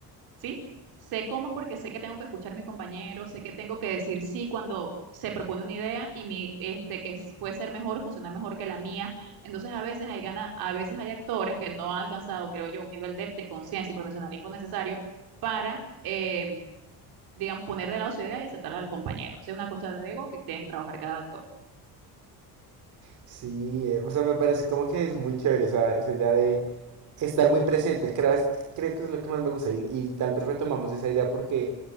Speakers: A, on the right; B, on the right.
A: ¿sí? Sé cómo porque sé que tengo que escuchar a mi compañero, sé que tengo que decir sí cuando se propone una idea y mi, este, que es- puede ser mejor o funcionar mejor que la mía. Entonces, a veces hay gana, a veces hay actores que no han alcanzado, creo yo, un nivel de, de conciencia y profesionalismo necesario para, eh, digamos, poner de lado su idea y aceptarla al compañero. Esa es una cuestión de ego que tiene que trabajar cada actor.
B: Sí, eh, o sea, me parece como que es muy chévere esa, esa idea de estar muy presente. Cada vez creo que es lo que más me gusta y, y tal vez retomamos esa idea porque